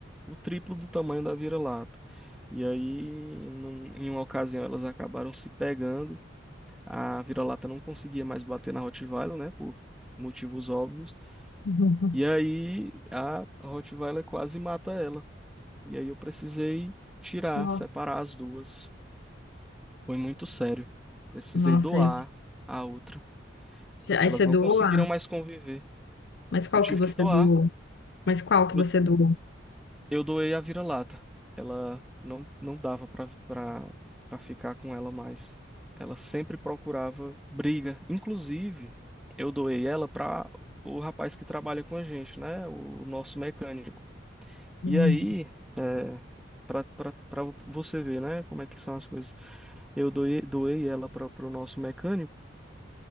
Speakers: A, in the centre; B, on the left (about 60°).
A: o triplo do tamanho da vira-lata. E aí, num- em uma ocasião, elas acabaram se pegando. A vira-lata não conseguia mais bater na Rottweiler, né, por motivos óbvios.
B: Uhum.
A: E aí, a Rottweiler quase mata ela. E aí, eu precisei tirar,
B: Nossa.
A: separar as duas. Foi muito sério. Precisei
B: Nossa,
A: doar
B: aí
A: a outra.
B: você aí
A: Elas
B: você
A: não
B: doou
A: conseguiram
B: a...
A: mais conviver.
B: Mas qual
A: Eu tive
B: que você
A: que doar.
B: doou? Mas qual que
A: Eu,
B: você doou?
A: eu doei a vira-lata. Ela não, não dava pra, pra, pra ficar com ela mais. Ela sempre procurava briga. Inclusive, eu doei ela pra o rapaz que trabalha com a gente, né? O nosso mecânico.
B: Uhum.
A: E aí, é, pra, pra, pra você ver, né? Como é que são as coisas. Eu doei, doei ela pra, pro nosso mecânico.